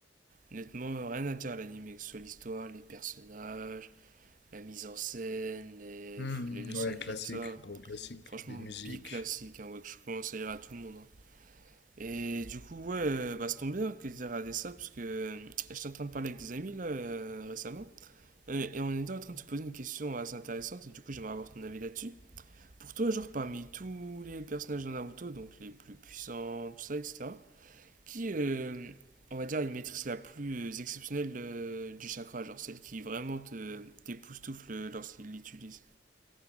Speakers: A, on the right; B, on the left.
A: Honnêtement, euh, rien à dire à l'anime, que ce soit l'histoire, les personnages, la mise en scène, les,
B: Hmm,
A: pff, les leçons
B: ouais,
A: de
B: classique,
A: vie, tout ça.
B: gros classique.
A: Franchement,
B: Les musiques,
A: bi classique, hein, ouais, que je commence à dire à tout le monde. hein. Et du coup, ouais, euh, bah, ça tombe bien que t'aies regardé ça, parce que euh, j'étais en train de parler avec des amis, là, euh, récemment, et et on était en train de se poser une question assez intéressante, et du coup, j'aimerais avoir ton avis là-dessus. Pour toi, genre parmi tous les personnages de Naruto, donc les plus puissants, tout ça, etc., qui, euh, on va dire, une maîtrise la plus euh, exceptionnelle euh, du chakra, genre celle qui vraiment te t'époustoufle lorsqu'il l'utilise